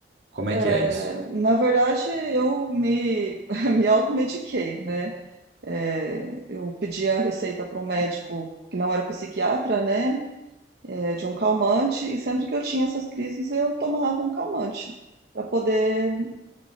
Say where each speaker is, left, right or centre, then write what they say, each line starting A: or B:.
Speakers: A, on the right; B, on the right.
A: Como
B: É,
A: é que é isso?
B: na verdade, eu me, <laughs> me automediquei, né? É, eu pedi a receita para um médico que não era psiquiatra, né, é, de um calmante, e sempre que eu tinha essas crises eu tomava um calmante para poder